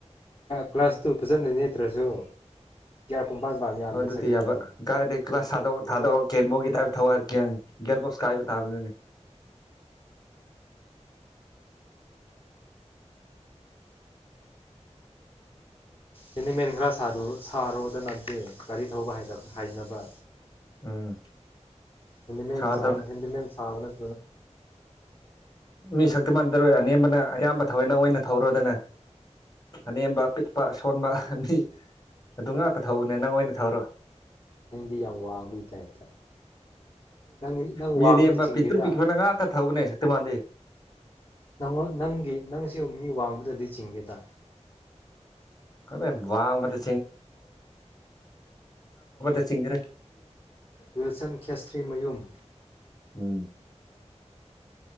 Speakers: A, on the left (about 50°); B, on the left (about 35°).
A: ꯀ꯭ꯂꯥꯁ ꯇꯨ ꯐꯖꯅ ꯅꯦꯠꯇ꯭ꯔꯁꯨ ꯄꯨꯡꯄꯥꯟ ꯄꯥꯟꯕ ꯌꯥꯕꯅꯤ
B: ꯑꯗꯨꯗꯤ
A: ꯁꯛꯇꯤꯃꯥꯟꯗꯤ
B: ꯌꯥꯕ ꯥꯏꯗꯦ ꯀ꯭ꯂꯥꯁ ꯊꯥꯗ ꯊꯥꯗ <unintelligible> ꯊꯋꯥꯏ ꯒ꯭ꯌꯥꯟ ꯒ꯭ꯌꯥꯔꯕꯣꯛꯁ ꯀꯥꯏꯕ ꯇꯥꯕꯅꯤꯅꯦ
A: ꯍꯦꯟꯗꯤꯃꯦꯟ ꯈꯔꯥ ꯁꯔꯣ ꯁꯔꯣꯗ ꯅ ꯒꯥꯔꯤ ꯊꯧꯕ ꯍꯥꯟꯅ ꯍꯥꯏꯅꯕ
B: ꯎꯝ
A: ꯍꯦꯟꯗꯃꯦꯟ
B: ꯁꯥꯔꯗꯕꯅꯦ
A: ꯍꯦꯟꯗꯃꯦꯟ ꯁꯥꯕꯅꯦ
B: ꯃꯤ ꯁꯛꯇꯨꯃꯥꯟ ꯇꯔꯣꯏ ꯑꯅꯦꯝꯕꯅ ꯑꯌꯥꯝꯕ ꯊꯑꯣꯏꯅ ꯑꯣꯏꯅ ꯊꯧꯔꯣꯗꯅ ꯑꯅꯦꯝꯕ ꯄꯤꯛꯄ ꯑꯁꯣꯟꯕ ꯃꯤ ꯑꯗꯨ ꯉꯥꯛꯇ ꯊꯧꯕꯅꯦ ꯅꯪ ꯑꯣꯏꯅ ꯊꯧꯔꯣ
A: ꯅꯪꯗꯤ ꯌꯥꯝ ꯋꯥꯡꯕꯩ ꯇꯞꯇꯥ ꯅꯪ ꯅꯪ
B: ꯃꯤ
A: ꯋꯥꯡꯕꯗꯤ
B: ꯑꯅꯦꯝꯕ
A: ꯆꯤꯡꯗꯦꯗ
B: ꯄꯤꯛꯇ꯭ꯔꯨ ꯄꯤꯛꯄꯅ ꯉꯥꯛꯇ ꯊꯧꯕꯅꯦ ꯁꯛꯇꯤꯃꯥꯟꯗꯤ
A: ꯅꯉ ꯅꯪꯒꯤ ꯅꯪꯁꯤ ꯃꯤ ꯋꯥꯡꯕ ꯗꯤꯁꯤꯡꯗ
B: <unintelligible> <unintelligible> <unintelligible> <unintelligible> ꯒꯥꯕꯗ ꯆꯤꯡꯒꯔꯦ
A: ꯋꯤꯜꯁꯟ ꯈꯦꯁꯇ꯭ꯔꯤ ꯃꯌꯨꯝ
B: ꯎꯝ